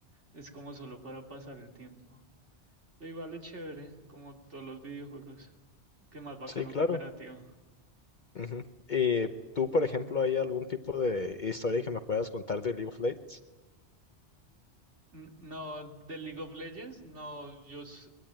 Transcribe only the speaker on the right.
es como solo para pasar el tiempo. Pero igual es chévere, como todos los videojuegos, Qué más bacano
cooperativo.
N- No, de League of Legends, no, yo s-